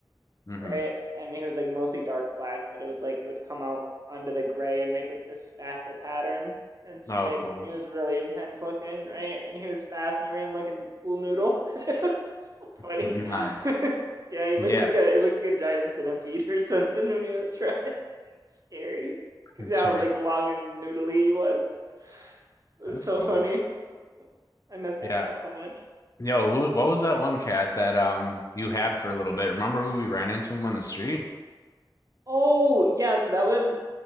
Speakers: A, on the left; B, on the right.
A: hmm
B: right? And it was like mostly dark black, but it was like it would come out onto the gray and make like this spackle pattern and stripes.
A: Oh, cool.
B: And he was really intense looking, right? And he was fast, and he ran like a pool noodle. <laughs> it was so funny.
A: Nice.
B: <laughs> yeah, he looked
A: Yeah,
B: like a he looked like a giant centipede or something when he was trying. <laughs> it was scary because
A: <laughs>
B: how
A: Giants.
B: like long and noodly he was. It
A: That's
B: was so
A: cool.
B: funny. I miss that
A: Yeah.
B: cat so much.
A: Yo, who, what was that one cat that um you had for a little bit? Remember who we ran into him on the street?
B: Oh yeah, so that was